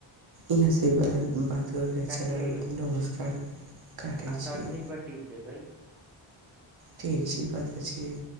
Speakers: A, on the right (about 50°); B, in the centre.
A: इहां से बड़ा दिन बात अच्छा
B: काटियै
A: लगल,
B: ओने
A: नमस्कार
B: से
A: काटै
B: आ सबमिट
A: छी।
B: पर टिप देबै
A: ठीक छी, पता छीये।